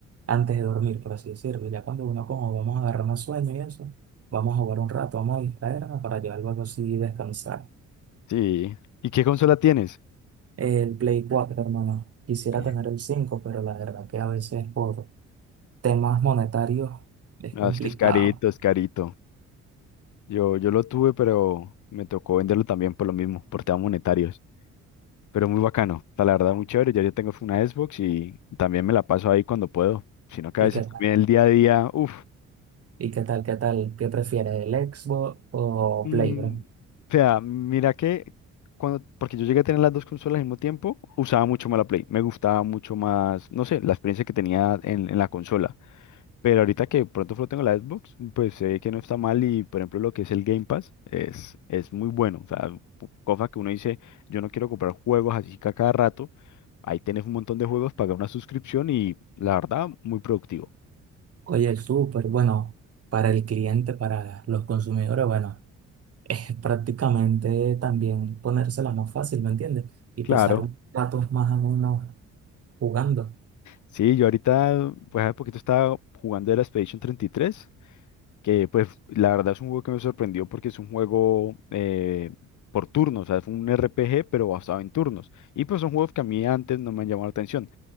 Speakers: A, on the right (about 50°); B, on the left (about 75°).
A: antes de dormir, por así decirlo. Ya cuando uno como vamos a agarrar un sueño y eso, vamos a jugar un rato, vamos a distraernos para llevar algo así y descansar.
B: Sí. ¿Y qué consola tienes?
A: El Play cuatro hermano. Quisiera
B: Ay,
A: tener el 5 pero la verdad que a veces por temas monetarios es complicado.
B: No, es que es carito, es carito. Yo, yo lo tuve, pero me tocó venderlo también por lo mismo, por temas monetarios. Pero muy bacano, o sea, la verdad muy chévere. Ya yo tengo una Xbox y también me la paso ahí cuando puedo. Sino que
A: ¿Y
B: a veces
A: qué
B: también
A: tal?
B: el día a día, uff.
A: ¿Y qué tal? ¿Qué tal? ¿Qué prefieres, el Xbox o
B: Mm,
A: Play, bro?
B: o sea, mira que cuando, porque yo llegué a tener las dos consolas al mismo tiempo, usaba mucho más la Play. Me gustaba mucho más, no sé, la experiencia que tenía en, en la consola. Pero ahorita que pronto solo tengo la Xbox, pues sé que no está mal y, por ejemplo, lo que es el Game Pass es, es muy bueno. O sea, pu- cosa que uno dice, yo no quiero comprar juegos así que a cada rato. Ahí tenés un montón de juegos, pagar una suscripción y la verdad, muy productivo.
A: Oye, el Super, bueno, para el cliente, para los consumidores, bueno, <laughs> es prácticamente también ponérsela más fácil, ¿me entiendes? Y
B: Claro.
A: pasar un ratos más o menos jugando.
B: Sí, yo ahorita, pues hace poquito estaba jugando el Expedition 33 que pues la verdad es un juego que me sorprendió porque es un juego eh, por turnos, o sea, es un RPG pero basado en turnos. Y pues son juegos que a mí antes no me han llamado la atención,